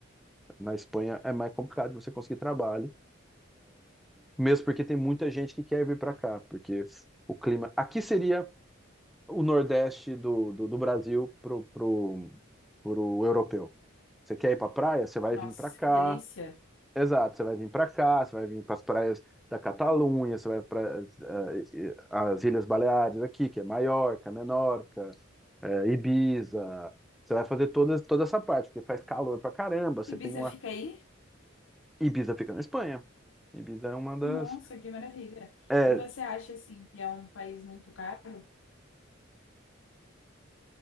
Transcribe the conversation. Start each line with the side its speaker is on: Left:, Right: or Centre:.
Centre: Na Espanha é mais complicado de você conseguir trabalho, mesmo porque tem muita gente que quer vir para cá, porque o clima aqui seria o Nordeste do, do, do Brasil pro, pro, pro europeu. Você quer ir pra praia? Você vai
Left: Nossa,
Centre: vir pra cá.
Left: que delícia.
Centre: Exato, você vai vir pra cá, você vai vir para as praias da Catalunha, você vai para as Ilhas Baleares aqui, que é Maiorca, Menorca, eh, Ibiza. Você vai fazer toda, toda essa parte, porque faz calor pra caramba. Você
Left: Ibiza
Centre: tem uma.
Left: fica aí?
Centre: Ibiza fica na Espanha. Ibiza é uma das.
Left: Nossa, que maravilha.
Centre: É,
Left: E você acha, assim, que é um país muito caro?